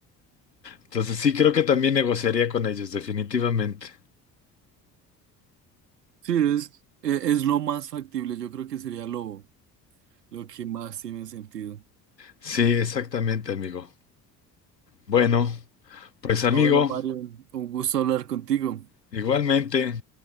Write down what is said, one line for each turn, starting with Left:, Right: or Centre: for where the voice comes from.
Left: Entonces, sí, creo que también negociaría con ellos, definitivamente.
Right: Sí, es, e- es, lo más factible. Yo creo que sería lo, lo que más tiene sentido.
Left: Sí, exactamente, amigo. Bueno, pues amigo,
Right: Ah, bueno, Mario, un gusto hablar contigo.
Left: igualmente.